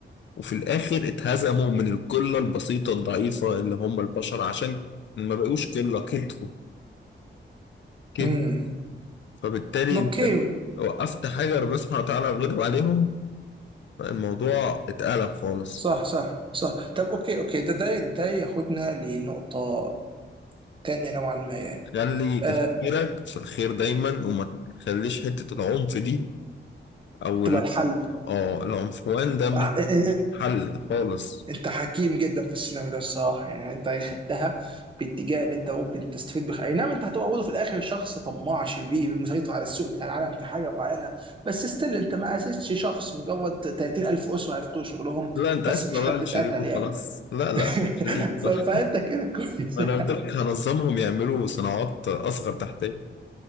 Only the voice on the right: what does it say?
امم
اوكي
صح صح صح طب اوكي اوكي ده ده ده ياخدنا لنقطه تانية نوعا ما يعني
آه،
تبقى
الحل
آه، إن-
إن-
انت حكيم جدا في السيناريو ده الصراحه يعني انت خدتها باتجاه اللي انت ممكن تستفيد بخ اي نعم انت هتبقى برضه في الاخر شخص طماع شرير مسيطر على السوق بتاع العالم في حاجه معينه بس ستيل انت ما اسستش شخص مجرد 30000 اسره هيفقدوا شغلهم
بس
مفيش حد
اتقتل
يعني
<laughs>
ف... فانت كده كويس
<laughs>